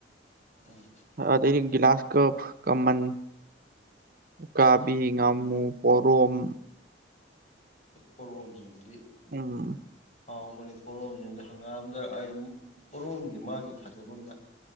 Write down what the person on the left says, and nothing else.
ꯎꯝ
ꯎꯝ
ꯄꯣꯝꯁꯤꯡꯗꯤ
ꯍꯥꯎꯕꯅꯤ ꯄꯣꯔꯣꯝꯁꯤꯗ ꯍꯪꯒꯥꯝꯗ ꯑꯩ ꯄꯣꯔꯣꯝꯒꯤ ꯃꯥꯒꯤ ꯐꯖꯕꯗ